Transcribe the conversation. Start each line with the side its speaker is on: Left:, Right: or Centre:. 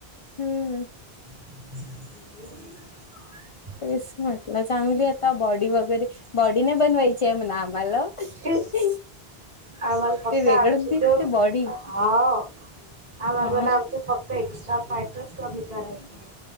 Left: हम्म
Right: हो
Left: तेच म्हटलं चांगली आता बॉडी वगैरे बॉडी नाही बनवायची आहे म्हणा आम्हाला
Right: ते
Left: <inaudible>
Right: आम्हाला फक्त
Left: ते वेगळंच
Right: आमच
Left: दिसते
Right: ज
Left: बॉडी
Right: हो आम्हाला
Left: हा
Right: मण आमच फक्त एक्स्ट्रा फॅटच कमी करायचं आहे